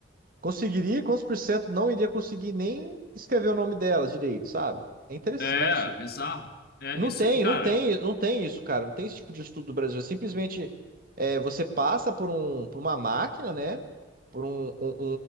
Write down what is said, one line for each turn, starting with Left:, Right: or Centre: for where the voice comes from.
Right: conseguiria, quantos por cento não iria conseguir nem escrever o nome delas direito, sabe? É interessante.
Left: É, bizarro. É,
Right: Não
Left: isso,
Right: tem,
Left: e, cara,
Right: não tem, não tem isso, cara. Não tem esse tipo de estudo do Brasil. É Simplesmente é, você passa por um, por uma máquina, né? Por um, um-